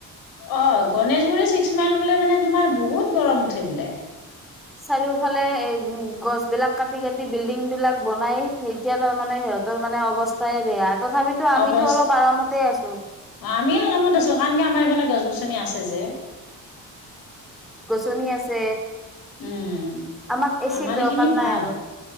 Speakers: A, on the left (about 85°); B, in the centre.
A: অ গণেশগুৰি ছিক্স মাইল বোলে মানে তোমাৰ বহুত গৰম উঠে বোলে
B: চাৰিওফালে এ গছ বিলাক কাটি কাটি বিল্ডিং বিলাক বনাই এতিয়া তাৰমানে সিহঁতৰ মানে অৱস্থাই বেয়া তথাপিতো আমিতো
A: অৱস্থ
B: অলপ আৰামতে আছো
A: আমি আৰামত আছো কাৰণক আমাৰ এইফালে গছ গছনি আছে যে
B: চনি আছে
A: উম
B: আমাক এচিৰ
A: আমাৰ
B: দৰকাৰ
A: এইখিনি ভাল
B: নাই আৰু